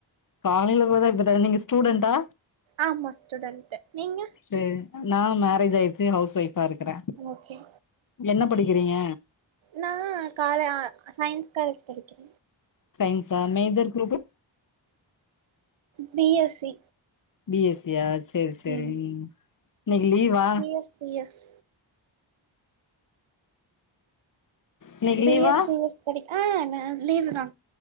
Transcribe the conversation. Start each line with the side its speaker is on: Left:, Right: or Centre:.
Left: காலைல போதா இப்ப டைமிங்கு ஸ்டூடெண்டா
Right: ஆமா ஸ்டூடெண்டு நீங்க
Left: சரி நா மேரேஜ் ஆய்ருச்சு ஹவுஸ் ஒய்ஃபா இருக்கற
Right: ஓகே
Left: என்ன படிக்கிறீங்க
Right: நா கால சயின்ஸ் காலேஜ் படிக்கிற
Left: சயின்ஸா major group
Right: B S C
Left: B S C யா சேரி சேரி
Right: ம்
Left: இன்னக்கி லீவா
Right: பி எஸ் எஸ்
Left: இன்னைக்கு
Right: பி
Left: லீவா
Right: எஸ் சி எஸ் படிக் அ மேம் லீவுதா